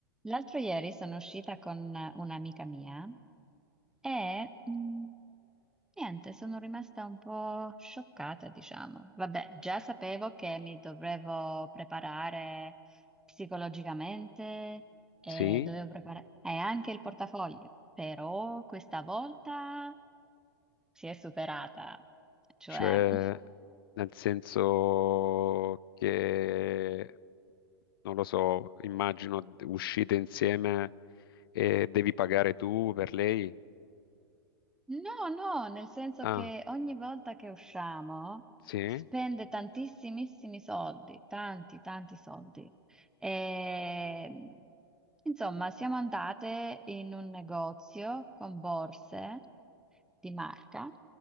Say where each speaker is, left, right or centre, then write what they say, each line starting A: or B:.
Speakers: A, in the centre; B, on the left.
A: L'altro ieri sono uscita con un'amica mia e mh, niente, sono rimasta un po' scioccata, diciamo. Vabbè, già sapevo che mi dovevo preparare psicologicamente e
B: Sì,
A: dovevo preparare e anche il portafoglio, però questa volta si è superata, cioè
B: cioè
A: <laughs>
B: nel senso che, non lo so, immagino d- uscite insieme e devi pagare tu per lei.
A: No, no, nel senso
B: Ah,
A: che ogni volta che usciamo
B: sì,
A: spende tantissimissimi soldi, tanti, tanti soldi. E, insomma, siamo andate in un negozio con borse di marca,